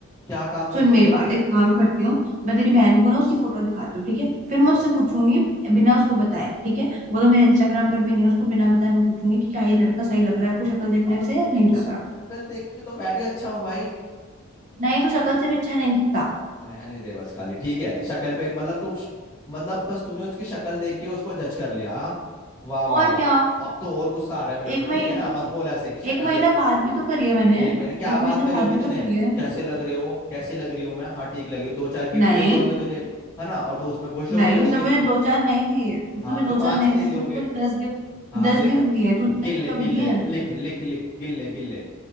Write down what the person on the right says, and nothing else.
सुन मेरी
बात एक काम करती हूँ मैं तेरी बहन को ना उसकी फोटो दिखाती हूँ ठीक है फिर मैं उससे पूछूंगी बिना उसको बताए ठीक है वो तो मेरे इंस्टाग्राम पर भी नहीं है उसको बिना बताए मैं पूछूंगी कि क्या ये लड़का सही लग रहा है आपको शक्ल देखने
से या नहीं लग
रहा
नहीं तो शक्ल से भी अच्छा नहीं दिखता
और
क्या
एक महीना
एक महीना
बाद भी तो करी है मैंने
एक महीना
बाद
भी
तो करी है
नहीं
नहीं
उसने मुझे दो चार नहीं दिए उसने
मुझे
दो
चार नहीं
दिए
उसने
पूरे दस गिफ्ट
दस
गिफ्ट दिए हैं तूने
आज
तक कभी
दिए
हैं